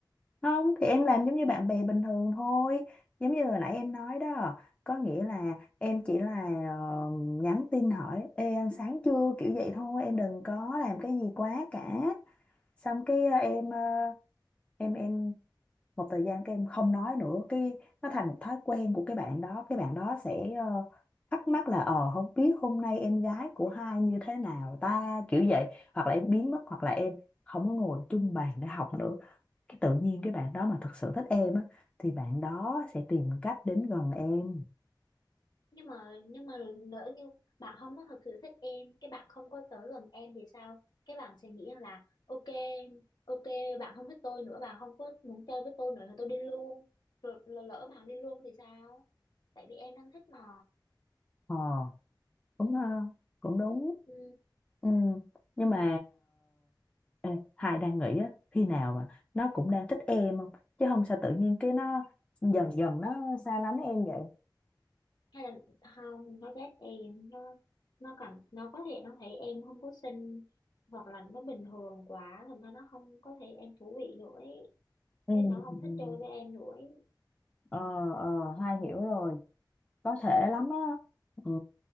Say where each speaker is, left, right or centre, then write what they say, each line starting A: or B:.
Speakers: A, on the left; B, on the left.
A: Không thì em làm giống như bạn bè bình thường thôi Giống như hồi nãy em nói đó Có nghĩa là em chỉ là ờ, nhắn tin hỏi Ê ăn sáng chưa kiểu vậy thôi Em đừng có làm cái gì quá cả Xong cái ờ, em ờ, em em một thời gian các em không nói nữa cái nó thành một thói quen của cái bạn đó cái bạn đó sẽ ờ, thắc mắc là ờ không biết hôm nay em gái của hai như thế nào ta kiểu vậy hoặc là em biến mất hoặc là em không có ngồi chung bàn để học nữa cái tự nhiên cái bạn đó mà thật sự thích em á thì bạn đó sẽ tìm cách đến gần em
B: nhưng mà nhưng mà lỡ như bạn không có thực sự thích em cái bạn không có tới gần em thì sao cái bạn sẽ nghĩ là ok ok bạn không thích tôi nữa bạn không có muốn chơi với tôi nữa thì tôi đi luôn rồi lỡ lỡ bạn đi luôn thì sao tại vì em đang thích mà
A: ờ đúng ha cũng đúng
B: ừ.
A: ừ. nhưng mà ờ, ê, Hai đang nghĩ á khi nào mà nó cũng đang thích em không chứ không sao tự nhiên cái nó dần dần nó xa lánh em vậy
B: hay là không nó ghét em nó nó cảm nó có thể nó thấy em không có xinh hoặc là nó bình thường quá thành ra nó không có thấy em thú vị nữa ấy.
A: ừ.
B: cái nó không thích chơi với em nữa ấy.
A: ờ ờ Hai hiểu rồi có thể lắm á ừ.